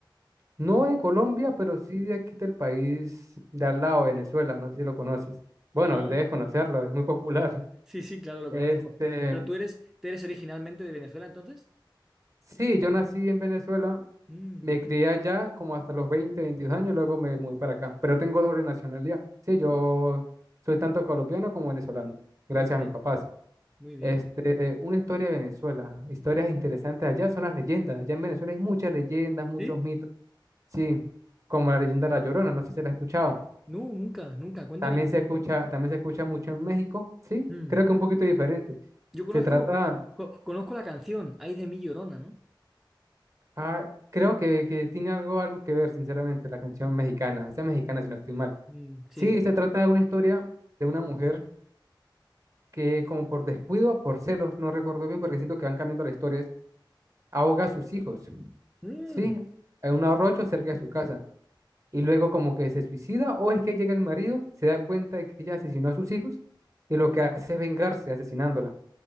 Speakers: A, on the right; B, in the centre.
A: No de Colombia, pero sí de aquí del país de al lado, Venezuela. No sé si lo conoces. Bueno,
B: Ah,
A: debes conocerlo, es muy popular. <laughs>
B: sí, sí, claro, lo
A: Este,
B: conozco. Pero tú eres, ¿tú eres originalmente de Venezuela entonces?
A: sí, yo nací en Venezuela,
B: Mm,
A: Me crié allá como hasta los 20, 22 años, luego me moví para acá. Pero tengo doble nacionalidad. Sí,
B: mm,
A: yo soy tanto colombiano como venezolano, gracias
B: muy
A: a
B: bien,
A: mis papás.
B: muy bien.
A: Este, una historia de Venezuela, historias interesantes allá son las leyendas. Allá en Venezuela hay muchas leyendas, muchos
B: ¿Sí?
A: mitos. Sí, como la leyenda de la Llorona, no sé si se la ha escuchado.
B: No, nunca, nunca. Cuéntame.
A: También se escucha, también se escucha mucho en México, sí,
B: Mm,
A: creo que un poquito diferente.
B: Yo conozco,
A: Se trata,
B: co- conozco la canción, Ay de mi Llorona, ¿no?
A: ah, creo que, que tiene algo, algo que ver, sinceramente, la canción
B: Mm,
A: mexicana, esa mexicana si no estoy mal.
B: mm, sí.
A: Sí, se trata de una historia de una mujer que como por descuido, o por celos, no recuerdo bien porque siento que van cambiando las historias, ahoga a sus hijos,
B: Mm,
A: ¿sí? En un arroyo cerca de su casa. Y luego como que se suicida o es que llega el marido, se da cuenta de que ella asesinó a sus hijos y lo que hace es vengarse asesinándola.